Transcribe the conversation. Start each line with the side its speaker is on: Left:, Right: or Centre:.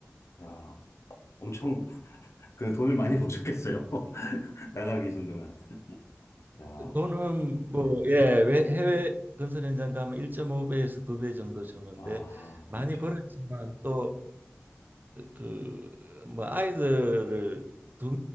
Left: 야, 엄청, <laughs> 그 돈을 많이 버셨겠어요. <laughs> 나가 계신 동안. 야,
Right: 돈은 뭐
Left: 네.
Right: 예, 외- 해외 건설 현장 가면 1.5배에서 2배 정도 주는데
Left: 아,
Right: 많이
Left: 그렇죠.
Right: 벌었지만 또 그 뭐 아이들을 두